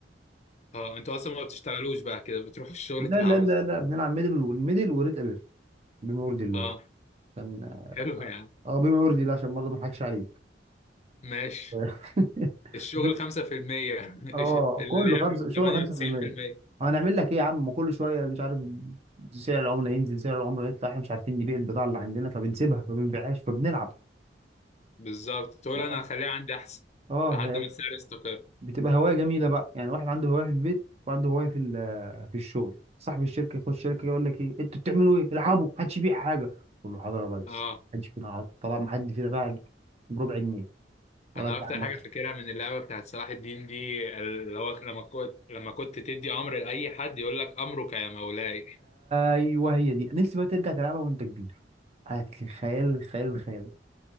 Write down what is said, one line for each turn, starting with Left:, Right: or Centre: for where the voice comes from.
Left: اه انتوا اصلا ما بتشتغلوش بقى كده بتروحوا الشغل
Right: لا
Left: تلعبوا
Right: لا لا لا بنلعب ميدل والميدل وريد اليرت بما يرضي الله
Left: اه
Right: يعني عشان
Left: حلو يا عم
Right: اه بما يرضي الله عشان برضه ما نضحكش عليك
Left: ماشي
Right: <laughs>
Left: الشغل 5% <laughs>
Right: اه
Left: اللعب
Right: كله خمسه شغل
Left: 98%
Right: 5% هنعمل لك ايه يا عم كل شويه مش عارف سعر العمله ينزل سعر العمله يطلع احنا مش عارفين نبيع البضاعه اللي عندنا فبنسيبها فما بنبيعهاش فبنلعب
Left: بالظبط تقول
Right: اه
Left: انا هخليها عندي احسن
Right: اه
Left: لحد ما السعر يستقر
Right: بتبقى هوايه جميله بقى يعني واحد عنده هوايه في البيت وعنده هوايه في ال- في الشغل صاحب الشركه يخش الشركه يقول لك ايه انتوا بتعملوا ايه العبوا محدش يبيع حاجه اقول له حاضر يا ريس
Left: اه
Right: محدش فينا عرض طبعا محد فينا باع بربع جنيه ولا
Left: انا
Right: انت
Left: اكتر
Right: عن نفسك
Left: حاجه فاكرها من اللعبه بتاعت صلاح الدين دي اللي هو لما كنت لما كنت تدي امر لاي حد يقول لك امرك يا مولاي
Right: ايوه هي دي نفسي بقى ترجع تلعبها وانت كبير هتخيل الخيال الخيال